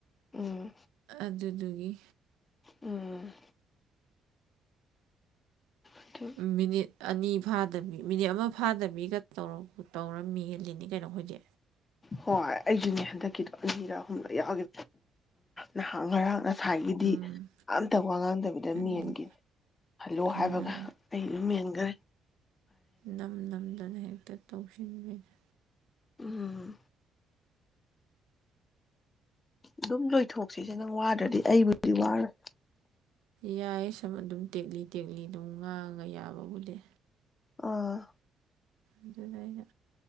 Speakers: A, on the left; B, on the right.
A: ꯎꯝ
B: ꯑꯗꯨꯗꯨꯒꯤ
A: ꯎꯝ ꯑꯗꯨ
B: ꯃꯤꯅꯤꯠ ꯑꯅꯤ ꯐꯥꯗꯕꯤ ꯃꯤꯅꯦ ꯑꯃ ꯐꯥꯗꯕꯤꯒꯧ ꯇꯧꯔꯃꯤ ꯍꯦꯜꯂꯤꯅꯤ ꯀꯩꯅꯣꯈꯣꯏꯗꯤ
A: ꯍꯣꯏ ꯑꯩꯁꯨꯅꯦ ꯍꯟꯗꯛꯀꯤꯗꯣ ꯑꯅꯤꯔ ꯑꯍꯨꯝꯂꯛ ꯌꯥꯎꯈꯤ ꯅꯍꯥꯟ ꯉꯔꯥꯡ ꯉꯁꯥꯏꯒꯤꯗꯤ
B: ꯎꯝ
A: ꯑꯝꯇ ꯋꯥ ꯉꯥꯡꯗꯕꯤꯗ
B: ꯑꯗꯨ
A: ꯃꯦꯟꯈꯤꯅꯤ ꯍꯜꯂꯣ
B: ꯑꯥ
A: ꯍꯥꯏꯕꯒ ꯑꯩꯁꯨꯦꯟ <inaudible>
B: ꯅꯝ ꯅꯝꯗꯅ ꯍꯦꯛꯇ ꯇꯧꯁꯤꯟꯒꯅ
A: ꯎꯝ ꯑꯗꯨꯝ ꯂꯣꯏꯊꯣꯛꯁꯤꯁꯦ ꯅꯪ ꯋꯥꯗ꯭ꯔꯗꯤ ꯑꯩꯕꯨꯗꯤ ꯋꯥꯔꯣꯏ
B: ꯌꯥꯏ ꯁꯨꯝ ꯑꯗꯨꯝ ꯇꯦꯛꯂꯤ ꯇꯦꯛꯂꯤ ꯑꯗꯨꯝ ꯉꯥꯡꯉꯒ ꯌꯥꯕ ꯎꯠꯂꯦ
A: ꯑꯥ
B: ꯑꯗꯨꯗꯩꯅ